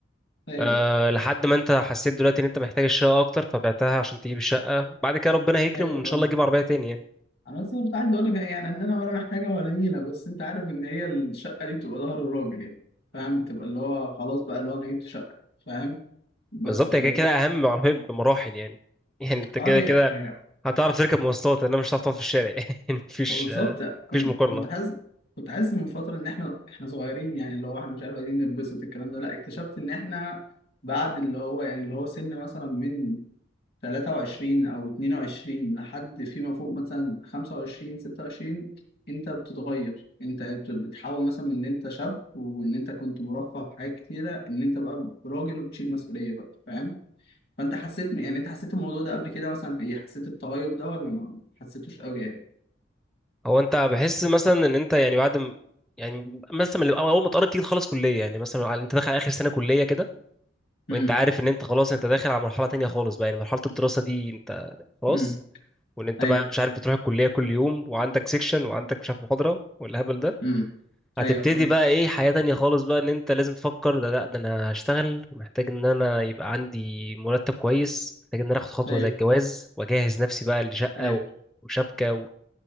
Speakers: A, on the left; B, in the centre.
A: ايوه
B: أه لحد ما انت حسيت دلوقتي ان انت محتاج الشقة اكتر فبعتها عشان تجيب الشقة بعد كده ربنا هيكرم
A: ايوه
B: وان
A: فاهم
B: شاء الله تجيب عربية تاني يعني
A: انا بس كنت عايز اقول لك يعني ان انا ولا محتاجه ولا نيله بس انت عارف ان هي الشقه دي بتبقى ظهر الراجل يعني فاهم بتبقى اللي هو خلاص بقى اللي هو انا جبت شقه فاهم بس
B: بالظبط
A: فدي
B: هي كده كده اهم من العربيه بمراحل يعني <laughs> يعني انت
A: اه
B: كده
A: هي
B: كده
A: هي
B: هتعرف تركب مواصلات انما مش هتعرف تقعد في الشارع <laughs> يعني مفيش
A: فبالظبط كنت
B: مفيش مقارنه
A: كنت حاسس كنت حاسس من فتره ان احنا احنا صغيرين يعني اللي هو احنا مش عارف عايزين نتبسط الكلام ده لا اكتشفت ان احنا بعد اللي هو يعني اللي هو سن مثلا من 23 أو 22 لحد فيما فوق مثلا 25 26 أنت بتتغير أنت أنت بتحاول مثلا من إن أنت شاب وإن أنت كنت مرفه في حاجات كتيرة إن أنت بقى راجل وبتشيل مسؤولية بقى فاهم؟ فأنت حسيت يعني أنت حسيت الموضوع ده قبل كده مثلا في إيه؟ حسيت التغير ده ولا ما حسيتوش قوي يعني؟
B: هو انت بحس مثلا ان انت يعني بعد م- يعني مثلا من- اول ما تقرب تيجي تخلص كليه يعني مثلا على انت داخل على اخر سنه كليه كده
A: امم
B: وانت عارف ان انت خلاص انت داخل على مرحله تانية خالص بقى يعني مرحله الدراسه دي انت خلاص
A: امم
B: وان انت
A: ايوه
B: بقى مش عارف بتروح الكليه كل يوم وعندك سيكشن وعندك مش عارف محاضره والهبل ده
A: امم
B: هتبتدي
A: ايوه فاهمك
B: بقى ايه حياة تانية خالص بقى ان انت لازم تفكر ده لا ده انا هشتغل ومحتاج ان انا يبقى عندي مرتب كويس محتاج ان انا اخد خطوة
A: ايوه
B: زي الجواز واجهز نفسي بقى لشقة
A: ايوه
B: و- وشبكة و...